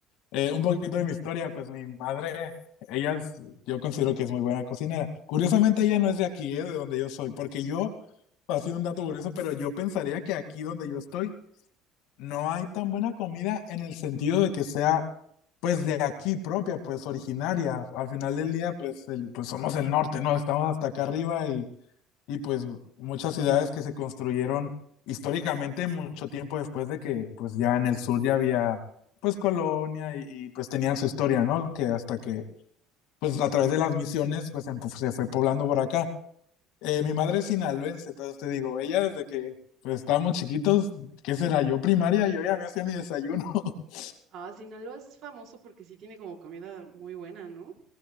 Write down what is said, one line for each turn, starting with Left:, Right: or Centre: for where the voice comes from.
Left: Eh, un poquito de mi historia, pues mi madre, ella es- yo considero que es muy buena cocinera. Curiosamente, ella no es de aquí, eh, de donde yo soy, porque yo, así un dato curioso, pero yo pensaría que aquí donde yo estoy no hay tan buena comida en el sentido de que sea pues de aquí propia, pues originaria. Al final del día, pues, el, pues somos el norte, ¿no? Estamos hasta acá arriba y, y pues muchas ciudades que se construyeron históricamente mucho tiempo después de que pues ya en el sur ya había pues colonia y, y pues tenían su historia, ¿no? Que hasta que pues a través de las misiones pues se, se fue poblando por acá. Eh, mi madre es sinaloense, entonces te digo, ella desde que pues, estábamos chiquitos, ¿qué será? Yo primaria, yo ya me hacía mi desayuno. <laughs>
Right: Ah, Sinaloa es famoso porque sí tiene como comida muy buena, ¿no?